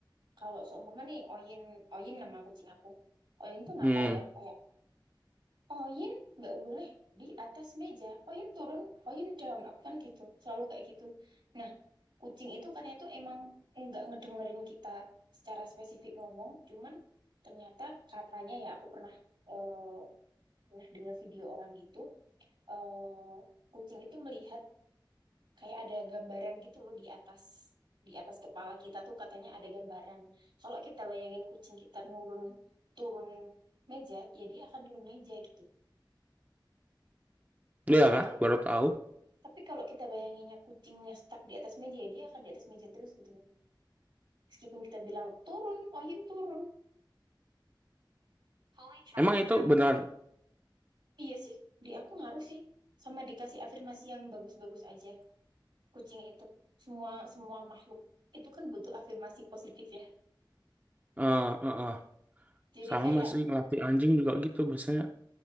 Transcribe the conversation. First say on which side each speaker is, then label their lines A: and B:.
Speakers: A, on the right; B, on the right.
A: Kalau seumpama nih Oyin, Oyin nama kucing aku. Oyin tuh nakal
B: Hmm.
A: ya, kayak Oyin nggak boleh di atas meja. Oyin turun, oyin down. Aku kan gitu, selalu kayak gitu. Nah, kucing itu katanya itu emang nggak ngedengerin kita secara spesifik ngomong, cuman ternyata katanya ya aku pernah eh, pernah dengar video orang gitu, eh, kucing itu melihat kayak ada gambaran gitu loh di atas di atas kepala kita tuh katanya ada gambaran. Kalau kita bayangin kucing kita turun turun meja, ya dia akan turun meja gitu.
B: Iya
A: Tapi
B: kah?
A: kalau
B: Baru tahu.
A: Tapi kalau kita bayanginnya kucingnya stuck di atas meja, ya dia akan di atas meja terus gitu loh. Meskipun kita bilang turun, Oyun turun. Fully charged
B: Emang itu
A: cat.
B: beneran
A: Iya sih, di aku ngaruh sih. Sama dikasih afirmasi yang bagus-bagus aja. Kucing itu, semua semua makhluk itu kan butuh afirmasi positif ya.
B: eh eh, eh.
A: Jadi
B: sama
A: kayak,
B: sih ngelatih anjing juga gitu biasanya